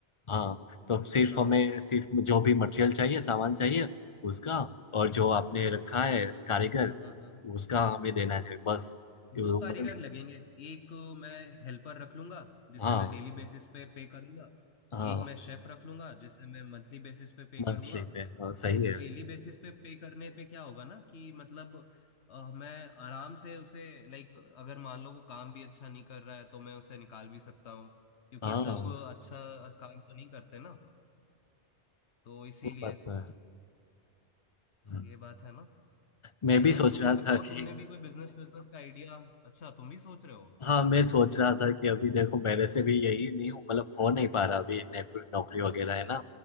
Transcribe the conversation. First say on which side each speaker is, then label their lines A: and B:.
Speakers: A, on the left; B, on the left.
A: हाँ तो सिर्फ
B: हाँ
A: हमें सिर्फ जो भी मटेरियल चाहिए सामान चाहिए उसका और जो आपने रखा है कारीगर
B: हाँ हाँ हाँ
A: उसका हमें देना चाहिए बस यो-
B: दो कारीगर
A: मतलब
B: लगेंगे एक मैं हेल्पर रख लूंगा जिसे
A: हाँ
B: मैं डेली बेसिस पे पे करूंगा
A: हाँ
B: एक मैं शेफ रख लूंगा जिसे मैं मंथली बेसिस पे पे
A: मंथली
B: करूंगा
A: पे हाँ सही
B: तो
A: है
B: डेली बेसिस पे पे करने पे क्या होगा ना कि मतलब अ, मैं आराम से उसे लाइक अगर मान लो वो काम भी अच्छा नहीं कर रहा है तो मैं उसे निकाल भी सकता हूँ क्योंकि
A: हाँ
B: सब अच्छा काम तो नहीं करते ना तो इसीलिए
A: वो बात तो है हम्म।
B: ये बात है ना
A: मैं
B: यार
A: भी सोच
B: तुम
A: रहा
B: भी बताओ
A: था कि
B: तुमने भी कोई बिजनेस बिजनेस का आइडिया अच्छा तुम भी सोच रहे हो
A: हाँ मैं सोच रहा था कि अभी देखो मेरे से भी यही नहीं हूँ मतलब हो नहीं पा रहा अभी नौकरी नौकरी वगैरह है ना